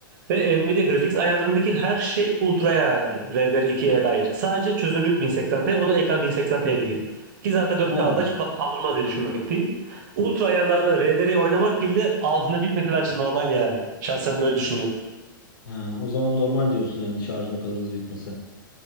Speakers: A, on the right; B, on the left.
A: Ve Nvidia Graphics ayarlarındaki her şey ultra'ya ayarlı. rdr ikiye dair. Sadece çözünürlük 1080p o da ekran 1080p diye. Ki zaten 4K'da
B: Aa,
A: ka- kaldırmaz diye düşünmekteyim. Ultra ayarlarda RDR'yi oynamak bile altında bitmesi bence normal yani. Şahsen böyle düşünüyorum.
B: ha, o zaman normal diyorsun yani şarjın o kadar hızlı bitmesi.